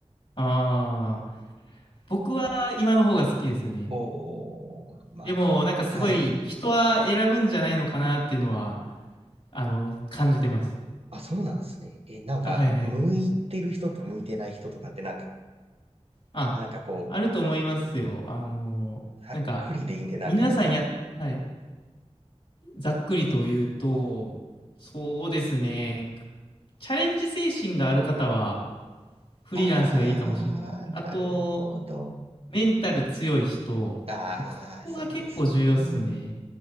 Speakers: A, on the left; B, on the right.
A: ああ、僕は今の方が好きですね。
B: おー、まあでも、
A: でも、なんかすごい人は選ぶんじゃないのかなっていうのは、
B: はい。
A: あの、感じてます。
B: あ、そうなんですね。え、なんか、
A: あ、はいはい。
B: 向いてる人と向いてない人とかってなんか、
A: あ、
B: なんかこう、
A: あると思いますよ。あの、
B: ざっくりでいいんで、
A: なんか、
B: なんか、
A: 皆さんや、はい、ざっくりと言うと、そうですね。チャレンジ精神がある方は、フリーランスがいいかもしれない。
B: あー、
A: あと、
B: なるほど。
A: メンタル強い人、
B: あー、
A: ここが結構重要っすね。
B: そうですね。